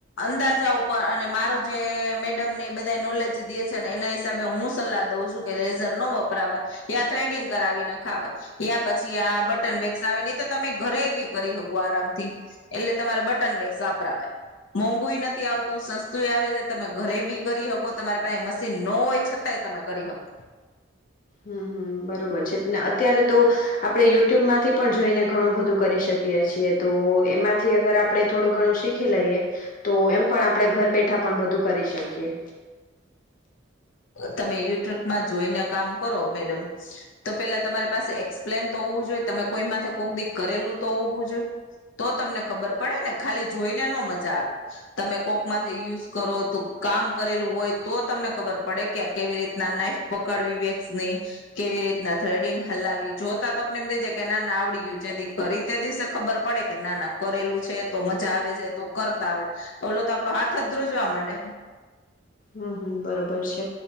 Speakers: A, on the left; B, on the left.
A: અંદાજા ઉપર અને મારો જે મેડમને એ બધા નોલેજ દે છે, ને એના હિસાબે હું સલાહ દઉં છું કે લેઝર ન વપરાવાય યા થ્રેડિંગ કરાવી નાખ. ખ યા પછી આ બટન વેક્સ આવે નહી, તો તમે ઘરે બી કરી શકો આરામથી એટલે તમારે બટન વેક્સ વાપરાવાય મોંઘું નથી આવતું સસ્તું આવે છે તમે ઘરે બી કરી શકો તમારે પાસે મશીન ન હોય છતાંય તમે કરી શકો
B: હમ હમ બરોબર છેને અત્યારે તો, આપડણે યુટ્યુબ માંથી પણ જોઈને ઘણું બધું કરી શકીએ છીએ. તો, એમાંથી અગર આપ આપણે, થોડું ઘણું શીખી લઈએ. તો, એમ પણ આપણે ઘર બેઠા પણ બધું કરી શકીએ
A: તમે યુટ્યુબમાં જોઈને કામ કરો મેડમ તો પેલા તમારી પાસે એક્સપ્લેન તો હોવું જોઈએ. તમે કોઈ માથે કોક દ કરેલું તો હોવું જોઈએ તો તમને ખબર પડે ને ખાલી જોઈને નો મજા આવે તમે કોક માંથી યુઝ કરો તો કામ કરેલું હોય તો તમને ખબર પડે કે કેવી રીતના નાઈફ પકડવી વેક્સની કેવી રીતના થ્રેડિંગ હલાવી જોતા તો, આપને એમ થઈ જ કે ના ના આવડી ગયું જેથી કરી તે દિવસે ખબર પડે કે ના ના કરેલું છે તો મજા આવે છે, ત કરતા આવડે ઓલો તો આપડો હાથ જ ધ્રુજવા માંડે
B: હમ હમ બરોબર છે